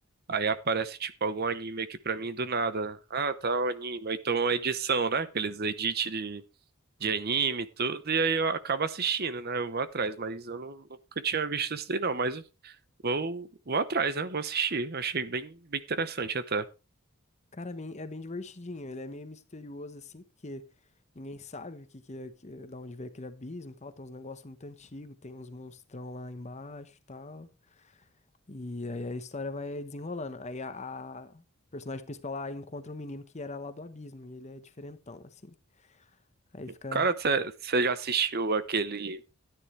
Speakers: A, on the right; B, on the left.
A: Aí aparece, tipo, algum anime aqui pra mim do nada. Ah, tá, o anime. Ou Então, a edição, né? Aqueles edits de de anime e tudo, e aí eu acabo assistindo, né? Eu vou atrás, mas eu não, nunca tinha visto esse daí, não. Mas eu vou, vou atrás, né? Vou assistir. Eu Achei bem, bem interessante até.
B: Cara, é bem, é bem divertidinho. Ele é meio misterioso, assim, porque ninguém sabe o que, que é, que é- da onde vem aquele abismo e tal. Tem uns negócios muito antigos, tem uns monstrão lá embaixo e tal. E aí a história vai desenrolando. Aí a, a personagem principal lá encontra um menino que era lá do abismo, e ele é diferentão, assim. Aí fica
A: Cara, você você já assistiu aquele